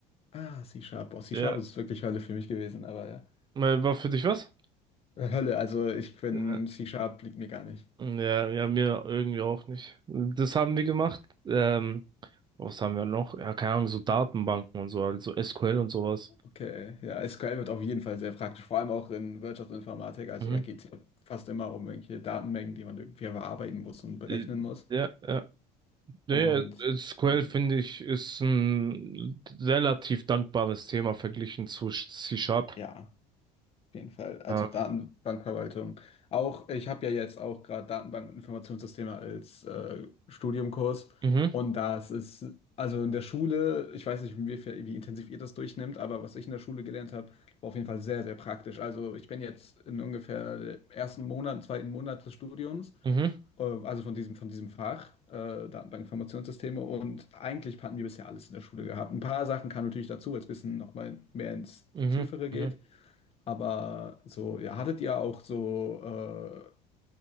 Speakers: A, on the left; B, on the right.
A: Ah, C-Sharp. Oh, C-Sharp
B: Ja,
A: ist wirklich Hölle für mich gewesen, aber ja.
B: Äh, war für dich was?
A: Hölle, also ich bin
B: Ja.
A: C-Sharp liegt mir gar nicht.
B: Ja, ja, mir irgendwie auch nicht. Das haben wir gemacht. Ähm, was haben wir noch? Ja, keine Ahnung, so Datenbanken und so, also SQL und sowas.
A: Okay, ja, SQL wird auf jeden Fall sehr praktisch, vor allem auch in Wirtschaftsinformatik. Also
B: Mhm.
A: da geht es ja fast immer um irgendwelche Datenmengen, die man irgendwie verarbeiten muss und berechnen
B: Äh,
A: muss.
B: Ja, ja, ja,
A: Und
B: ja, SQL
A: ja.
B: finde ich ist ein relativ dankbares Thema verglichen zu C Sharp.
A: Ja. Auf jeden Fall. Also
B: Ja.
A: Datenbankverwaltung. Auch, ich habe ja jetzt auch gerade Datenbank- und Informationssysteme als äh, Studiumkurs.
B: Mhm,
A: Und das ist, also in der Schule, ich weiß nicht, wie, wie intensiv ihr das durchnimmt, aber was ich in der Schule gelernt habe, war auf jeden Fall sehr, sehr praktisch. Also ich bin jetzt in ungefähr dem ersten Monat, zweiten Monat des Studiums,
B: mhm,
A: äh, also von diesem, von diesem Fach, äh, Datenbank- Informationssysteme. Und eigentlich hatten wir bisher alles in der Schule gehabt. Ein paar Sachen kamen natürlich dazu, als es ein bisschen nochmal mehr ins
B: mhm,
A: Tiefere geht.
B: mhm.
A: Aber so, ja, hattet ihr auch so, äh,